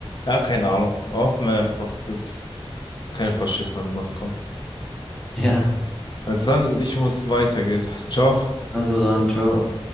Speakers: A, on the left (about 45°); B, in the centre.
A: ja, keine Ahnung. Hoffen wir einfach, dass keine Faschisten an die Macht kommen.
B: Ja,
A: Also dann, ich muss weitergehen. Ciao.
B: also dann, ciao.